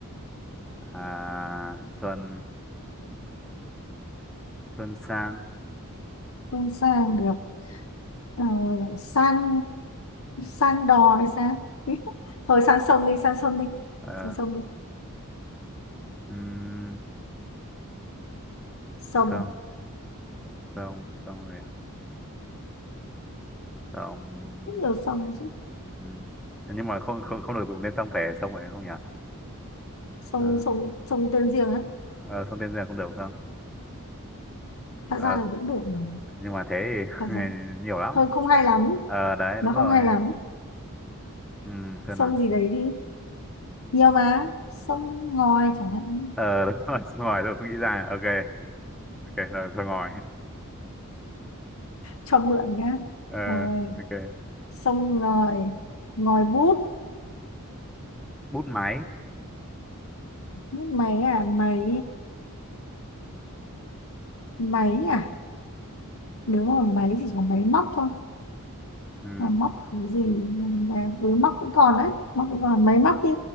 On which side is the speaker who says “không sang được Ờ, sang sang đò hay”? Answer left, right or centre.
Left